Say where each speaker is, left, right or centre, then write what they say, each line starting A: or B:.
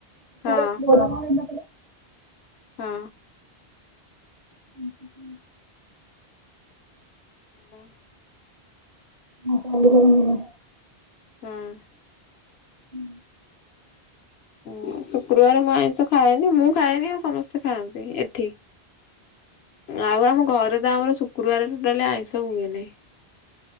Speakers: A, on the right (about 45°); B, on the left (about 75°).
A: <unintelligible>
B: ହଁ ହଁ।
A: <inaudible>
B: ମାନେ
A: ନା କାଲି କଲେ ଭଲ ହବ।
B: ହଁ।
A: ହୁଁ।
B: ଉଁ ଶୁକ୍ରୁବାରେ ମୁଁ ଆଇଁଷ ଖାଏନି ମୁଁ ଖାଏନି ଆଉ ସମସ୍ତେ ଖାଆନ୍ତି ଏଠି। ଆଉ ଆମ ଘରେ ତ ଆମର ଶୁକ୍ରବାରରେ ଟୋଟାଲି ଆଇଁଷ ହୁଏନି।